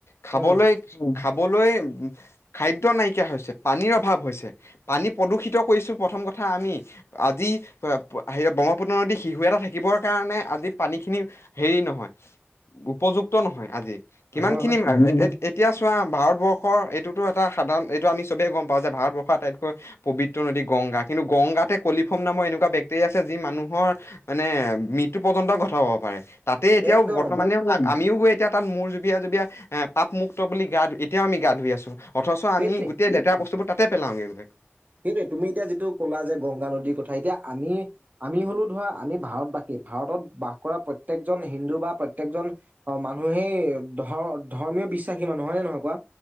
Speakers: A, on the left; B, on the right.
A: খাবলৈ
B: উম,
A: কি খাবলৈ খাদ্য নাইকিয়া হৈছে পানীৰ অভাৱ হৈছে পানী প্ৰদূষিত কৈছোঁ প্ৰথম কথা আমি আজি ব্ৰহ্মপুত্ৰ নদীত শিহো এটা থাকিবৰ কাৰণে আজি পানী খিনি হেৰি নহয় উপযুক্ত নহয় আজি কিমান
B: হয়
A: খিনি।
B: হয়।
A: এতিয়া চোৱা ভাৰতবৰ্ষৰ এইটোতো এটা সাধাৰণ এইটো আমি চবেই গম পাওঁ যে ভাৰতবৰ্ষৰ আটাইতকৈ পবিত্ৰ নদী গংগা কিন্তু গংগাতে কলিফম নামৰ এনেকুৱা বেটেৰিয়া আছে যি মানুহৰ মানে মৃত্যু একঘন্ট ঘটাব পাৰে, তাতে এতিয়াও
B: একদম
A: বৰ্তমানেও আমিও গৈ। এতিয়া তাত মোৰ জুবিযাই-জুবিযাই এতিয়াও পাপমুক্ত বুলি গা ধুই এতিয়াও আমি গা ধুই আছো। অথচ
B: সেইটোৱে।
A: আমি গোটেই লেতেৰা বস্তবোৰ তাতে পেলাওঁ গৈ।
B: সেইটোৱে তুমি এতিয়া যিটো কলা যে গংগা নদীৰ কথা এতিয়া আমি-আমি হলো ধৰা আমি ভাৰতবাসী। ভাৰতত বাস কৰা প্ৰত প্ৰত্যকজন হিন্দু বা প্ৰত্যেকজন অ, মানুহেই ধ-ধৰ্মীয় বিশ্বাসী মানুহ হয় নে নহয় কোৱা।